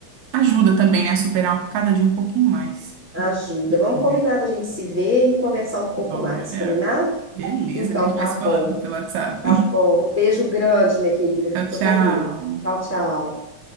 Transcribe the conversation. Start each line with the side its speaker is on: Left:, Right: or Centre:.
Right: ajuda também, né, a superar cada dia um pouquinho mais,
Centre: ajuda.
Right: né? A gente
Centre: Vamos
Right: conversa.
Centre: combinar da gente se ver e conversar um pouco
Right: Bora.
Centre: mais, combinado?
Right: Beleza,
Centre: Então
Right: a gente
Centre: tá
Right: vai se
Centre: bom,
Right: falando pelo WhatsApp.
Centre: tá
Right: <laughs>
Centre: bom. Beijo grande, minha querida. Fica
Right: Tchau, tchau.
Centre: com Deus. Tchau, tchau.